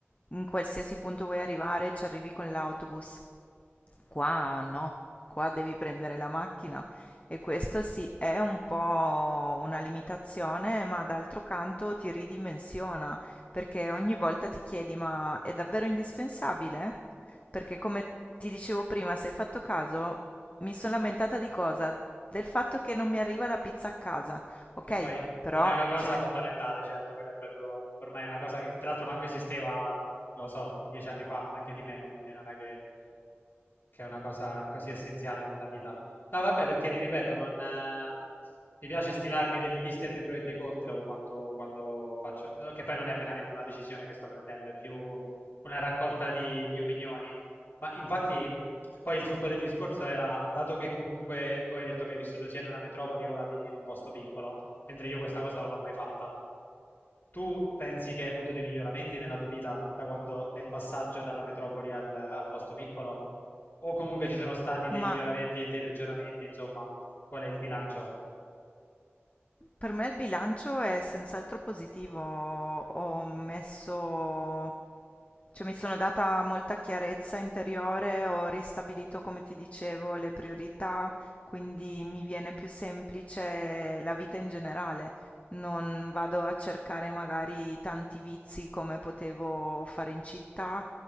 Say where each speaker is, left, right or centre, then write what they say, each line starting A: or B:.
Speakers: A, on the left (about 30°); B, on the left (about 55°).
A: in qualsiasi punto vuoi arrivare ci arrivi con l'autobus. Qua no, qua devi prendere la macchina e questo sì, è un po' una limitazione, ma d'altro canto ti ridimensiona, perché ogni volta ti chiedi, ma è davvero indispensabile? Perché come ti dicevo prima, se hai fatto caso, mi sono lamentata di cosa? Del fatto che non mi arriva la pizza a casa, ok?
B: che poi
A: Però,
B: non è una cosa
A: cioè,
B: fondamentale, certo, quella è proprio ormai è una cosa che, che tra l'altro manco esisteva, non lo so, dieci anni fa, anche di meno, quindi non è che che è una cosa così essenziale nella vita. No, vabbè, perché ti ripeto, non, eh, mi piace stilarmi delle liste dei pro e dei contro quando, quando faccio, che poi non è veramente una decisione che sto prendendo, è più una raccolta di, di opinioni. Ma infatti, poi il succo del discorso era, dato che comunque tu hai detto che hai vissuto sia in una metropoli, ora vivi in un posto piccolo, mentre io questa cosa non l'ho mai fatta. Tu pensi che hai avuto dei miglioramenti nella tua vita da quando, nel passaggio dalla metropoli al, al posto piccolo? O comunque ci sono stati dei
A: ma
B: miglioramenti e dei peggioramenti, insomma, qual è il bilancio?
A: Per me il bilancio è senz'altro positivo. Ho messo, cioè mi sono data molta chiarezza interiore, ho ristabilito, come ti dicevo, le priorità, quindi mi viene più semplice la vita in generale. Non vado a cercare magari tanti vizi come potevo fare in città